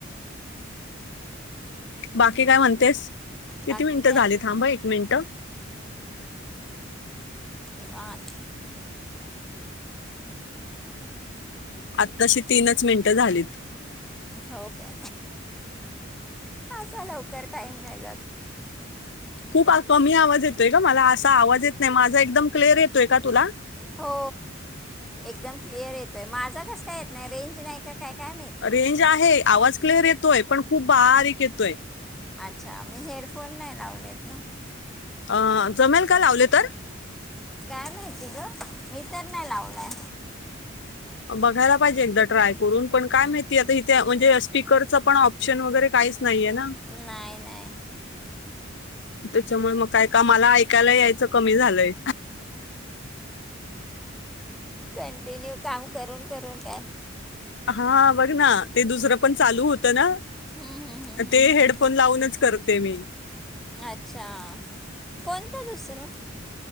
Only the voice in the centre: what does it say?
बाकी
निवान
हो का असा लवकर टाईम नाही जात
हो एकदम क्लिअर येतोय माझा कस काय येत नाही रेंज नाही का काय काय माहिती
अच्छा मी हेडफोन नाही लावलेत ना
काय माहिती ग मी तर नाही लावलय
नाही नाही
कंटिन्यू काम करून करून काय
हम्म, हम्म, हम्म, हम्म,
हम्म.
अच्छा कोणत दुसरं